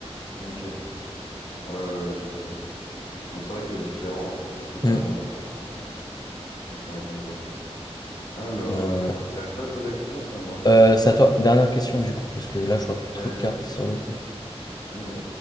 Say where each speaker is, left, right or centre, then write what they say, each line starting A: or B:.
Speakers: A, on the left; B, on the left.
A: Ok. Ouais, ouais, j'imagine. Mais c'est vrai que c'est différent, hein, c'était totalement
B: Hmm.
A: différent. hein. Donc ça m'étonne pas. Alors,
B: Euh,
A: euh, c'est à toi de poser la question, ou c'est à moi.
B: euh, c'est à toi. Dernière question, du coup, parce que là, je vois plus trop
A: C'est à...
B: de cartes sur le truc.
A: Ok.